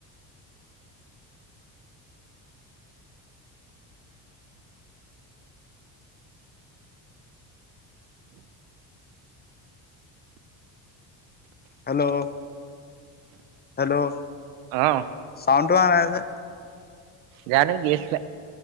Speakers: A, on the left; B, on the right.
A: হেল্ল' হেল্ল'
B: অ'
A: চাউণ্ডটু আহা নাই যে
B: জানো কি হৈছে?